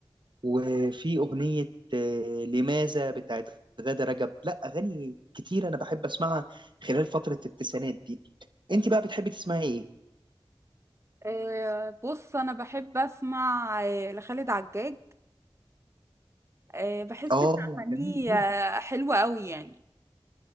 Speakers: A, on the right; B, on the right.
A: وفي أغنية آه، لماذا بتاعت غادة رجب لا أغاني كتير أنا بحب أسمعها خلال فترة التسعينات دي أنت بقى بتحبي تسمعي إيه؟
B: آه، بص أنا بحب أسمع آه، لخالد عجاج آه، بحس
A: آه
B: إن أغانيه
A: جميل جدا
B: آه، حلوة أوي يعني